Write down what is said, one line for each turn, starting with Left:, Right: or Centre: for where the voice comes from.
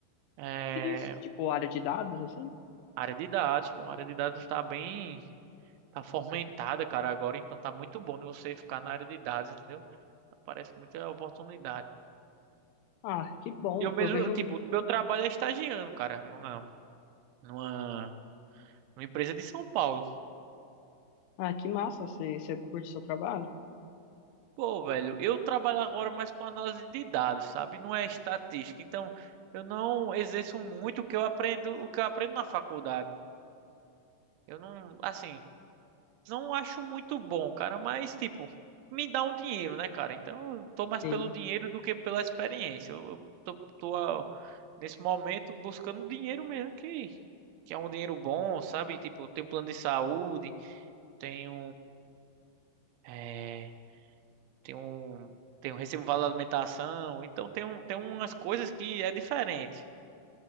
Right: É...
Left: Você diz, tipo, área de dados, assim?
Right: Área de dados, pô, a área de dados tá bem... Tá fomentada, cara, agora. Então tá muito bom de você ficar na área de dados, entendeu? Aparece muita oportunidade.
Left: Ah, que bom.
Right: Eu mesmo,
Left: Eu vejo.
Right: tipo, meu trabalho é estagiando, cara. Não é... Numa numa Uma empresa de São Paulo.
Left: Ah, que massa. Você, você curte o seu trabalho?
Right: Pô, velho, eu trabalho agora mais com análise de dados, sabe? Não é estatística. Então, eu não exerço muito o que eu aprendo, o que eu aprendo na faculdade. Eu não, assim, não acho muito bom, cara, mas tipo, me dá um dinheiro, né, cara? Então, eu tô mais
Left: Sim.
Right: pelo dinheiro do que pela experiência. Eu eu tô, tô ah, nesse momento buscando dinheiro mesmo que que é um dinheiro bom, sabe? Tipo, eu tenho plano de saúde, tenho eh, tem um, tem um recibo de vale alimentação, então tem um, tem umas coisas que é diferente.